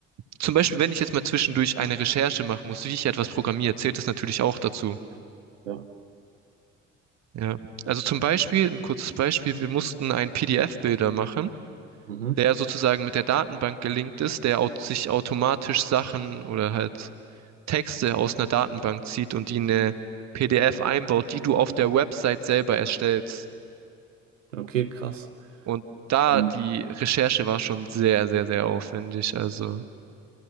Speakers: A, on the right; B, on the right.
A: zum Beispiel, wenn ich jetzt mal zwischendurch eine Recherche machen muss, wie ich etwas programmiere, zählt das natürlich auch dazu.
B: ja.
A: Ja. Also zum Beispiel, ein kurzes Beispiel, wir mussten einen PDF-Bilder machen,
B: Mhm.
A: der sozusagen mit der Datenbank gelinkt ist, der au- sich automatisch Sachen oder halt Texte aus einer Datenbank zieht und die in eine PDF einbaut, die du auf der Website selber erstellst.
B: Okay, krass.
A: Und da
B: Und
A: die Recherche war schon sehr, sehr, sehr aufwendig. Also,